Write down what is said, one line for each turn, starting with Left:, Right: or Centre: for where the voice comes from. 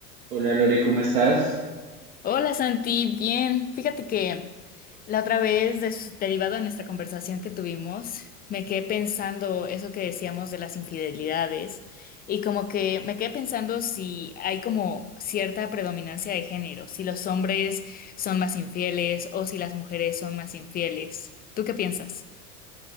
Right: Hola Lore, ¿cómo estás?
Left: Hola Santi, bien. Fíjate que la otra vez, des- derivado de nuestra conversación que tuvimos, me quedé pensando eso que decíamos de las infidelidades y como que me quedé pensando si hay como cierta predominancia de género, si los hombres son más infieles o si las mujeres son más infieles. ¿Tú qué piensas?